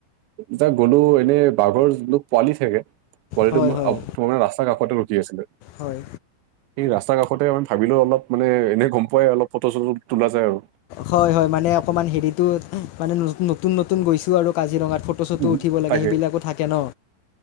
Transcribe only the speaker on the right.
যাক গলো এনেই বাঘৰ যিটো পোৱালি থাকে পোৱালিটো
তোমাৰ আপ ৰাস্তাৰ কাষতে ৰখি আছিলে
সেই ৰাস্তাৰ কাষতে ম ভাবিলোও অলপ মানে এনে গম পোৱাই অলপ ফটো -চটো তোলা যায় আৰু।
উম,
তাকে